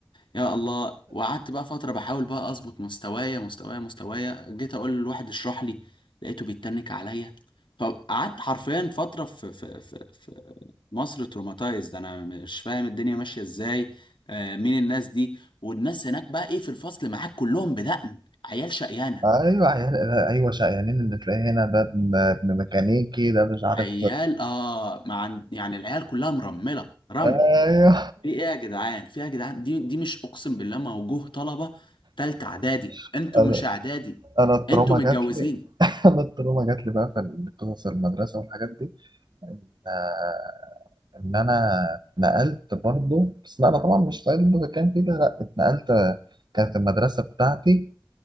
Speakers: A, on the left; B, on the right.
A: يا الله وقعدت بقى فتره بحاول بقى اظبط مستوايا مستوايا مستوايا جيت اقول للواحد اشرح لي لقيته بيتنك عليا فقعدت حرفيا فتره في في في, في... مصر تروماتايزد انا مش فاهم الدنيا ماشيه ازاي آه مين الناس دي والناس هناك بقى ايه في الفصل معاك كلهم بدقن عيال شقيانه
B: ايوه عيال ايوه شقيانين اللي تلاقيه هنا ده ابن ابن ميكانيكي ده مش عارف
A: عيال اه مع يعني العيال كلها مرمله رمل
B: ايوه
A: في ايه يا جدعان في ايه يا جدعان دي دي مش اقسم بالله موجوه طلبه تالتة اعدادي
B: <laughs>
A: انتوا
B: انا
A: مش اعدادي
B: انا التروما
A: انتوا متجوزين
B: جات لي <laughs> انا التروما جات لي بقى في قصص المدرسه والحاجات دي آه، ان انا اتنقلت برضه بس لا انا طبعا مش صعيدي في المتكامل فيه ده لا اتنقلت كانت المدرسه بتاعتي